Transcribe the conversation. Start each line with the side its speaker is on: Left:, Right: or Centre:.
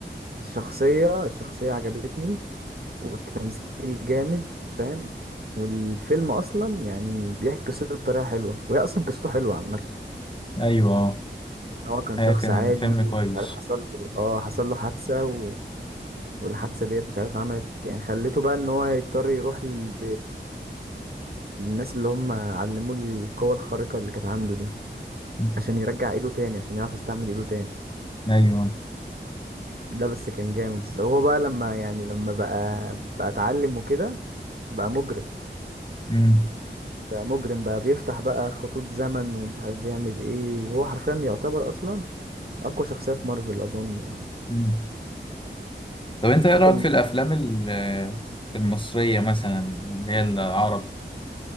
Right: الشخصيه الشخصيه عجبتني والتمثيل جامد فاهم والفيلم اصلا يعني بيحكي قصته بطريقه حلوه وهي اصلا قصته حلوه عامه
Left: أيوه اه
Right: إن هو كان
Left: هي
Right: شخص
Left: كان
Right: عادي
Left: الفيلم
Right: ومش
Left: كويس
Right: عارف حصل له إيه، اه حصل له حادثه و... والحادثه ديت مش عارف عملت يعني خليته بقى ان هو يضطر يروح ل... للناس اللي هم علموه القوه الخارقه اللي كانت عنده دي
Left: م-
Right: عشان يرجع ايده تاني عشان يعرف يستعمل ايده تاني
Left: أيوه
Right: ده بس كان جامد هو بقى لما يعني لما بقى بقى اتعلم وكده بقى مجرم
Left: مم.
Right: ده مجرم بقى بيفتح بقى خطوط زمن ومش عارف بيعمل ايه هو حرفيا يعتبر اصلا اقوى شخصية في مارفل اظن يعني
Left: مم. طب أنت إيه
Right: اقوى
Left: رأيك
Right: من
Left: في الأفلام ال- آه، المصرية مثلا اللي هي العرب